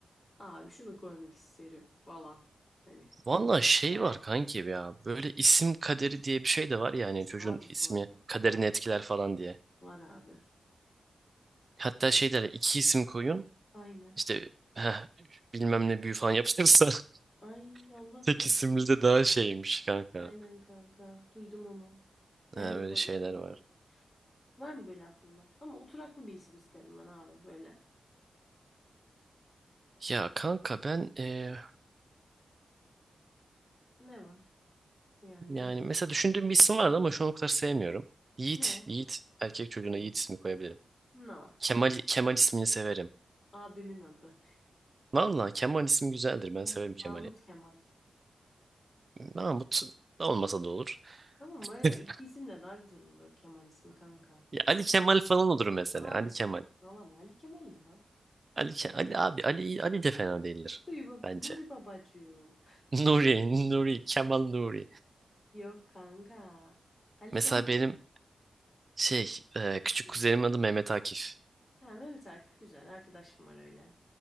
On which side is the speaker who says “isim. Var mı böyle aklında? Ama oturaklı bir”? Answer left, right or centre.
Left